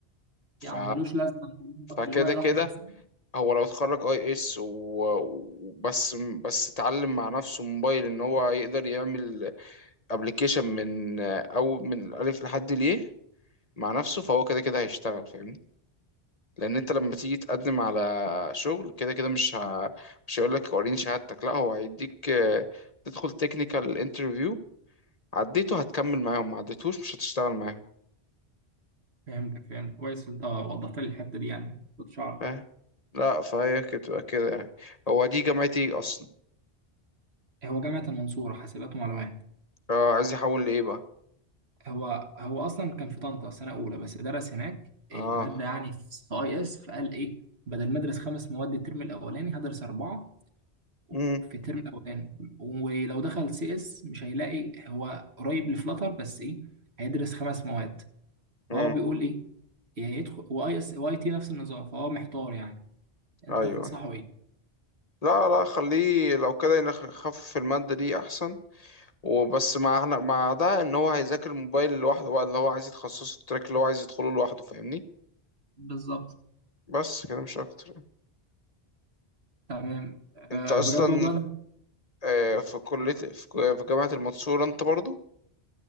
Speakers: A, on the left; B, on the right.
A: ف
B: يعني ملوش لازمة
A: فكده
B: اللي هو يضحي
A: كده
B: مثلا
A: هو لو اتخرج اي اس وبس بس اتعلم مع نفسه موبايل ان هو يقدر يعمل ابلكيشن من او من الالف لحد ليه مع نفسه فهو كده كده هيشتغل فاهمني لان انت لما تيجي تقدم على شغل كده كده مش ه... مش هيقول لك وريني شهادتك لا هو هيديك آه، تدخل تكنيكال انترفيو عديته هتكمل معاهم ما عديتوش مش هتشتغل معاهم
B: فهمتك فهمتك كويس انت وضحت لي الحتة دي يعني كنتش اعرف
A: فاهم لا فهي كده تبقى كده يعني هو دي جامعتي ايه اصلا
B: هو جامعة المنصورة حاسبات ومعلومات
A: اه عايز يحول لايه بقى
B: هو هو اصلا كان في طنطا سنة اولى بس درس هناك
A: اه
B: إيه، مادة يعني في اي اس فقال ايه بدل ما ادرس خمس مواد الترم الاولاني هدرس اربعة و-
A: امم
B: في الترم الاولاني ولو دخل سي اس مش هيلاقي هو قريب لفلاتر بس ايه هيدرس خمس مواد
A: امم
B: فهو بيقول ايه يا يدخل واي اس واي تي نفس النظام فهو محتار يعني انت
A: ايوه
B: تنصحه ايه
A: لا لا خليه لو كده يخ- يخفف المادة دي احسن وبس مع احنا مع ده ان هو هيذاكر الموبايل لوحده بقى اللي هو عايز يتخصصه التراك اللي هو عايز يدخله لوحده فاهمني
B: بالظبط
A: بس كده مش اكتر يعني.
B: تمام أه
A: انت اصلا
B: بجد والله أنا...
A: آه، في كلية في كو- في جامعة المنصورة انت برضو